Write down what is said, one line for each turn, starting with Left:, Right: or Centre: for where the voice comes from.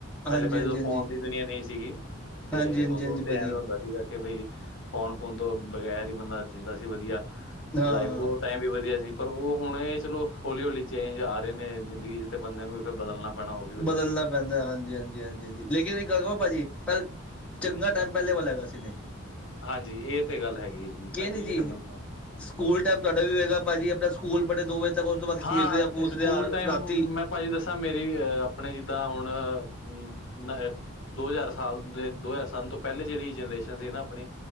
Left: ਪਹਿਲੇ-ਪਹਿਲੇ
Centre: ਹਾਂਜੀ ਹਾਂਜੀ
Left: ਜਦੋਂ
Centre: ਹਾਂਜੀ
Left: ਫੋਨ ਦੀ ਦੁਨੀਆਂ ਨਹੀਂ ਸੀਗੀ ਤੇ
Centre: ਹਾਂਜੀ ਹਾਂਜੀ
Left: ਉਹਦੋਂ
Centre: ਹਾਂਜੀ
Left: ਤੇ
Centre: ਭਾਜੀ
Left: ਐਵੇਂ ਸੀਗਾ ਕਿ ਬਈ ਫੋਨ-ਫੋਨ ਤੋਂ ਬਗ਼ੈਰ ਹੀ ਬੰਦਾ ਜਿੰਦਾ ਸੀ ਵਧੀਆ।
Centre: ਹਾਂ
Left: ਲਾਈਫ ਉਹ ਟਾਈਮ ਵੀ ਵਧੀਆ ਸੀ। ਪਰ ਉਹ ਹੁਣ ਚਲੋ ਹੌਲੀ-ਹੌਲੀ ਚੇਂਜ ਆ ਰਹੇ ਨੇ ਜ਼ਿੰਦਗੀ ਚ ਬੰਦੇ ਨੂੰ ਵੀ ਫਿਰ ਬਦਲਣਾ ਪੈਣਾ ਹੌਲੀ-ਹੌਲੀ।
Centre: ਬਦਲਣਾ ਪੈਂਦਾ ਹਾਂਜੀ-ਹਾਂਜੀ-ਹਾਂਜੀ, ਹਾਂ ਲੇਕਿਨ ਇਕ ਗੱਲ ਭਾਜੀ ਪਹਿ ਚੰਗਾ ਟਾਈਮ ਪਹਿਲੇ ਵਾਲਾ ਹੈਗਾ ਸੀਨੇ।
Left: ਹਾਂਜੀ, ਇਹ ਤੇ ਗੱਲ ਹੈਗੀ ਹੈ ਜੀ ਤੁਹਾਡੇ
Centre: ਨੀ ਜੀ
Left: ਇਹ ਤੇ ਮੰਨ ਨਾਲ
Centre: ਸਕੂਲ ਟਾਈਮ ਤੁਹਾਡਾ ਵੀ ਹੋਏਗਾ ਭਾਜੀ ਆਪਣਾ ਸਕੂਲ ਬੇ ਦੋ ਵਜੇ ਤੱਕ ਉਸ ਤੋਂ ਬਾਅਦ
Left: ਹਾਂ
Centre: ਖੇਡ ਰਿਹਾ ਕੂਦ
Left: ਇਹ ਸਕੂਲ
Centre: ਰਿਹਾ
Left: ਟਾਈਮ
Centre: ਰਾਤੀ
Left: ਮੈਂ ਭਾਜੀ ਦੱਸਾਂ ਮੇਰੀ ਅਹ ਆਪਣੇ ਜਿੱਦਾਂ ਹੁਣ ਅ ਦੋ ਹਜ਼ਾਰ ਸਾਲ ਦੇ ਦੋ ਹਜ਼ਾਰ ਸਨ ਤੋਂ ਪਹਿਲੇ ਜਿਹੜੀ ਜਨਰੇਸ਼ਨ ਸੀ ਨਾ ਆਪਣੀ